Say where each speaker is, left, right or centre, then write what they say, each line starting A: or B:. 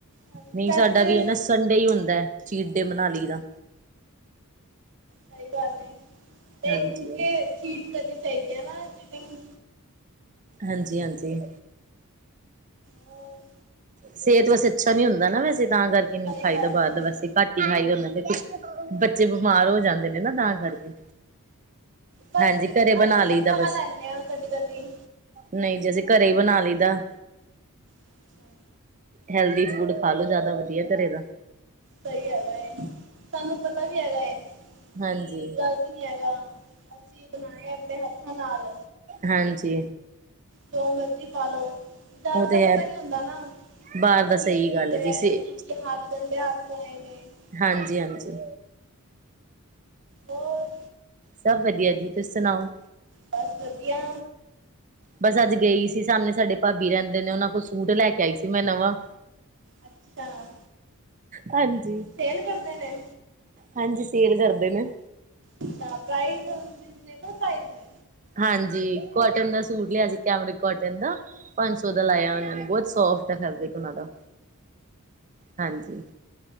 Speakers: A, on the right; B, on the right.
A: ਹਾਂਜੀ
B: ਨਹੀਂ
A: ਵੈਸੇ
B: ਸਾਡਾ ਵੀ ਨਾ ਸੰਡੇ ਹੀ ਹੁੰਦਾ ਚੀਰਡੇ ਮਨਾਲੀ ਦਾ,
A: ਸਹੀ ਗੱਲ ਏ
B: ਹਾਂਜੀ
A: ਤੇ ਚੀਟ ਕਰਨੀ ਚਾਹੀਦੀ ਹੈ ਨਾ ਚੀਟਿੰਗ,
B: ਹਾਂਜੀ-ਹਾਂਜੀ।
A: ਹੋਰ
B: ਸਿਹਤ ਵੈਸੇ ਅੱਛਾ ਨੀ ਹੁੰਦਾ ਨਾ ਵੈਸੇ ਤਾਂ ਕਰਕੇ ਨੀ
A: ਸਹੀ
B: ਖਾਈਦਾ
A: ਗੱਲ
B: ਬਾਹਰ
A: ਏ
B: ਦਾ ਵੈਸੇ ਘੱਟ ਹੀ ਖਾਈਦਾ ਹੁੰਦਾ ਫ ਬੱਚੇ ਬਿਮਾਰ ਹੋ ਜਾਂਦੇ ਨੇ ਨਾ ਤਾਂ ਕਰਕੇ
A: ਬਸ
B: ਹਾਂਜੀ ਘਰੇ ਬਣਾ
A: ਅਸੀਂ ਤਾਂ
B: ਲਈਦਾ
A: ਖਾ
B: ਬਸ
A: ਲੈਂਨੇ ਆ ਕਦੀ ਕਦੀ,
B: ਨਹੀਂ ਜੀ ਅਸੀਂ ਘਰੇ ਹੀ ਬਣਾ ਲਈਦਾ,
A: ਅੱਛਾ
B: ਹੈਲਦੀ ਫੂਡ ਖਾ ਲੋੋ ਜ਼ਿਆਦਾ ਵਧੀਆ ਘਰੇ ਤਾਂ,
A: ਸਹੀ ਹੈਗਾ ਏ ਸਾਨੂੰ ਪਤਾ ਵੀ ਹੈਗਾ ਏ,
B: ਹਾਂਜੀ
A: ਕੀ ਗਲਤ ਨੀ ਹੈਗਾ, ਅਸੀਂ ਬਣਾਏ ਆਪਣੇ ਹੱਥਾਂ ਨਾਲ।
B: ਹਾਂਜੀ।
A: ਜੋ ਮਰਜ਼ੀ ਖਾਲੋ ਜ਼ਿਆਦਾਤਰ
B: ਉਹ ਤੇ ਹੈ
A: ਪਤਾ ਨੀ ਹੁੰਦਾ ਨਾ,
B: ਬਾਹਰ ਦਾ ਸਹੀ
A: ਕੀ-ਕੀ
B: ਗੱਲ
A: ਕਰਿਆ
B: ਜੀ ਸੇ
A: ਹੈ ਕੀ-ਕੀ ਹੱਥ ਗੰਦੇ ਹੱਥ ਲਾਏ ਨੇ।
B: ਹਾਂਜੀ-ਹਾਂਜੀ।
A: ਹਾਂਜੀ ਹੋ
B: ਸਭ ਵਧੀਆ ਜੀ ਤੁਸੀਂ ਸੁਣਾਓ,
A: ਬਸ ਵਧੀਆ।
B: ਬਸ ਅੱਜ ਗਈ ਸੀ ਸਾਹਮਣੇ ਸਾਡੇ ਭਾਬੀ ਰਹਿੰਦੇ ਨੇ ਉਹਨਾਂ ਕੋਲ ਸੂਟ ਲੈ ਕੇ ਆਈ ਸੀ ਮੈਂ ਨਵਾਂ,
A: ਅੱਛਾ,
B: ਹਾਂਜੀ।
A: ਸੇਲ ਕਰਦੇ ਨੇ,
B: ਹਾਂਜੀ ਸੇਲ ਕਰਦੇ ਨੇ,
A: ਅੱਛਾ ਪ੍ਰਾਈਜ਼ ਰੀਜਨੇਬਲ ਪ੍ਰਾਈਜ਼ ਆ,
B: ਹਾਂਜੀ ਕੋਟਨ ਦਾ ਸੂਟ ਲਿਆ ਸੀ ਕੈਮਰਿਕ ਕੋਟਨ ਦਾ, ਪੰਜ ਸੌ ਦਾ ਲਾਇਆ ਉਹਨਾਂ ਨੂੰ ਬਹੁਤ ਸੋਫਟ ਹੈ ਫੈਬਰਿਕ ਉਹਨਾਂ ਦਾ, ਹਾਂਜੀ